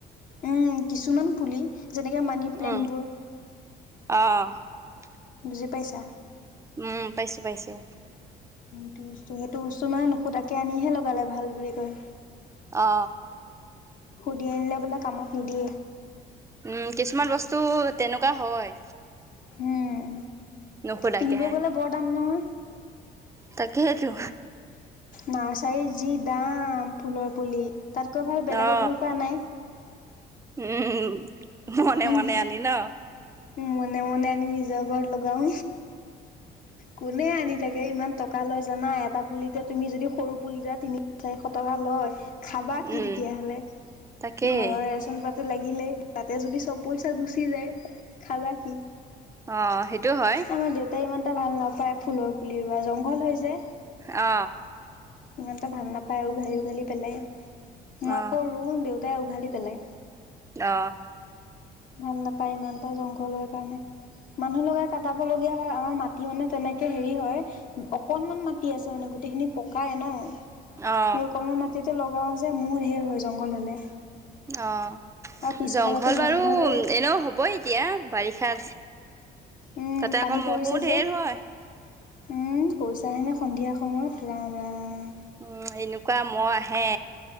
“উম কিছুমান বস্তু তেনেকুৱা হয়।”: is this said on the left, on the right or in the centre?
Right